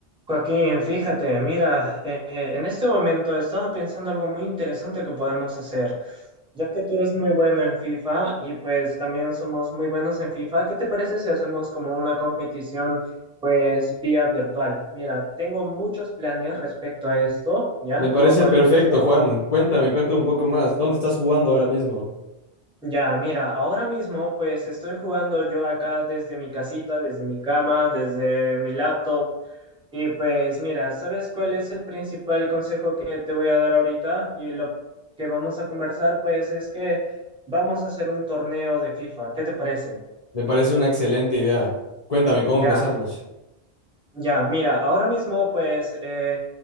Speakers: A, in the centre; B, on the left.
A: Joaquín, fíjate, mira, eh, eh, en este momento estaba pensando algo muy interesante que podemos hacer. Ya que tú eres muy bueno en FIFA y pues también somos muy buenos en FIFA, ¿qué te parece si hacemos como una competición pues vía virtual? Mira, tengo muchos planes respecto a esto, ¿ya?
B: Me parece
A: ¿Cómo podemos
B: perfecto,
A: hacer?
B: Juan. Cuéntame, cuéntame un poco más. ¿Dónde estás jugando ahora mismo?
A: Ya, mira, ahora mismo pues estoy jugando yo acá desde mi casita, desde mi cama, desde mi laptop. Y pues mira, ¿sabes cuál es el principal consejo que te voy a dar ahorita? Y lo que vamos a conversar, pues es que vamos a hacer un torneo de FIFA. ¿Qué te parece?
B: Me parece una excelente idea. Cuéntame cómo
A: Ya.
B: empezamos.
A: Ya, mira, ahora mismo pues eh,